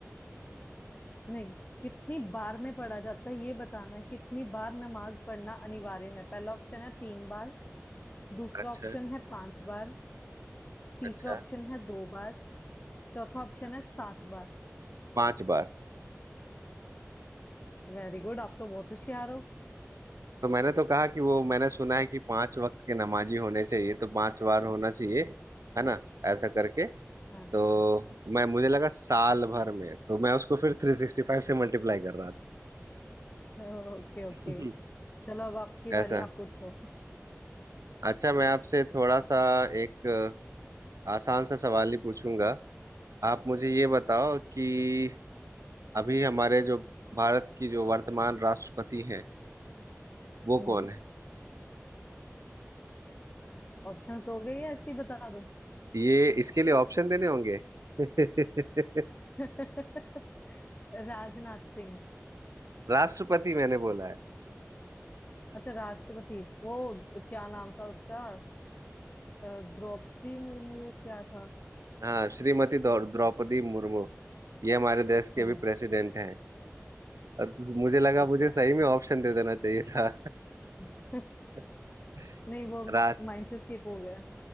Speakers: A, on the left; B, on the right.
A: नहीं कितनी बार में पढ़ा जाता है ये बताना है कितनी बार नमाज पढ़ना अनिवार्य है पहला ऑप्शन है तीन बार दूसरा
B: अच्छा
A: ऑप्शन है पांच बार तीसरा
B: अच्छा
A: ऑप्शन है दो बार चौथा
B: अच्छा।
A: ऑप्शन है सात बार
B: पांच बार
A: वेरी गुड आप तो बहुत होशियार हो
B: तो मैंने तो कहा कि वो मैंने सुना है कि पांच वक्त के नमाजी होने चाहिए तो पांच बार होना चाहिए है ना ऐसा करके
A: हाँ
B: तो मैं मुझे लगा साल भर में तो मैं उसको फिर थ्री सिक्सटी फाइव से मल्टीप्लाई कर रहा
A: Okay okay
B: हम्म,
A: चलो अब आपकी
B: था
A: बारी
B: <laughs> ऐसा
A: आप पूछो
B: अच्छा मैं आपसे थोड़ा सा एक अ, आसान सा सवाल ही पूछूंगा आप मुझे ये बताओ कि अभी हमारे जो भारत की जो वर्तमान राष्ट्रपति हैं वो
A: हम्म
B: कौन है
A: ऑप्शंस दोगे या ऐसे ही बता दूं
B: ये इसके लिए ऑप्शन देने होंगे <laughs>
A: <laughs> राजनाथ सिंह
B: राष्ट्रपति मैंने बोला
A: अच्छा राष्ट्रपति वो क्या नाम था उसका अ, द्रौपदी मुर्मू या क्या था
B: हाँ श्रीमती द्रौ- द्रौपदी मुर्मू ये हमारे देश की
A: हाँ
B: अभी प्रेसिडेंट हैं अब तो मुझे लगा
A: ठीक
B: मुझे
A: है
B: सही में ऑप्शन दे देना चाहिए था
A: <laughs>
B: <laughs>
A: नहीं वो
B: राज
A: माइंड से स्किप हो गया